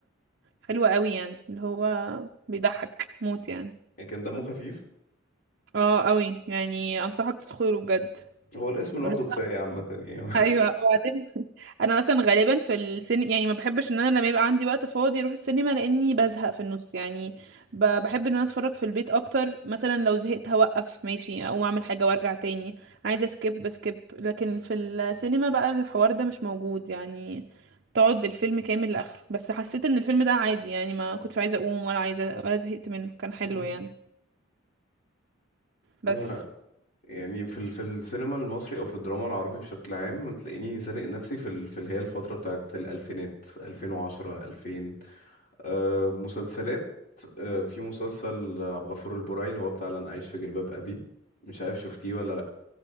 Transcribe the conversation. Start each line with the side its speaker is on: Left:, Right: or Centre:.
Right: حلو قوي يعني اللي هو بيضحك موت يعني
Left: يعني كان دمه خفيف
Right: اه قوي يعني انصحك تدخله بجد
Left: هو الاسم لوحده
Right: قول له
Left: كفاية عامة يعني
Right: ايوه وبعدين <laughs> انا اصلا غالبا في السن يعني ما بحبش ان انا لما يبقى عندي وقت فاضي اروح السينما لاني بزهق في النص يعني ب... بحب ان انا اتفرج في البيت اكتر مثلا لو زهقت هوقف ماشي اقوم اعمل حاجه وارجع تاني عايزه سكيب بسكيب لكن في السينما بقى الحوار ده مش موجود يعني تقعد الفيلم كامل لاخره بس حسيت ان الفيلم ده عادي يعني ما كنتش عايزه اقوم ولا عايزه ولا زهقت منه
Left: <laughs>
Right: كان حلو
Left: مهم.
Right: يعني بس
Left: أنا يعني في ال- في السينما المصري او في الدراما العربي بشكل عام تلاقيني زانق نفسي في ال- في اللي هي الفترة بتاعت الالفينات 2010 2000 أه مسلسلات أه في مسلسل عبد الغفور البرعي اللي هو بتاع لن اعيش في جلباب ابي مش عارف شفتيه ولا